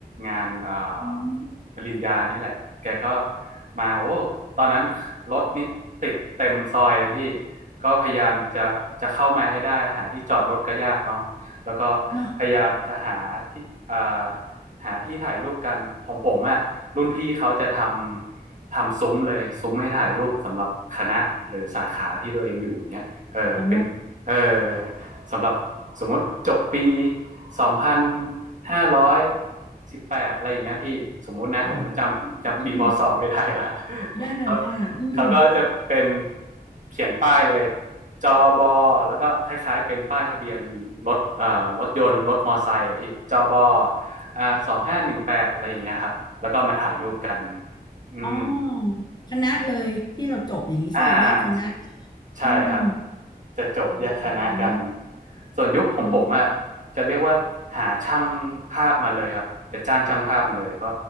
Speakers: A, on the right (about 50°); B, on the left (about 25°).
A: งานเอ่อ
B: อืม
A: ปริญญาเนี่ยแหละแกก็มาโอ้ตอนนั้นรถนี่ติดเต็มซอยเลยพี่ก็พยายามจะจะเข้ามาให้ได้หาที่จอดรถก็ยากเนาะ แล้วก็
B: เนาะ
A: พยายามจะหาที่อ่าหาที่ถ่ายรูปกันของผมอะรุ่นพี่เขาจะทำทำซุ้มเลยซุ้มให้ถ่ายรูปสำหรับคณะหรือสาขาที่ตัวเองอยู่เนี้ยเออเป็นเออ
B: อ๋อ
A: สำหรับสมมติจบปีสองพันห้าร้อยสิบแปดอะไรอย่างเงี้ยพี่สมมุตินะผมจำจำปีพศไม่ได้ละ
B: ค่ะอืม
A: <laughs>
B: ได้เลยได้อืม
A: เขา เขาก็จะเป็นเขียนป้ายเลยจอบอแล้วก็คล้ายๆเป็นป้ายทะเบียนรถเอ่อรถยนต์รถมอไซค์อะพี่จอบออ่าสองห้าหนึ่งแปดอะไรอย่างเงี้ยครับแล้วก็มาถ่ายรูปกันอืม
B: อ๋อคณะเลยที่เราจบอย่างนี้ใช่ไหมแยกคณะ
A: อ่าใช่ครับ
B: อืม
A: จะจบแยกคณะกัน
B: อ๋อ
A: ส่วนยุคของผมอะ
B: แล้ว
A: จะเรียกว่าหาช่างภาพมาเลยครับจะจ้างช่างภาพมาเลยก็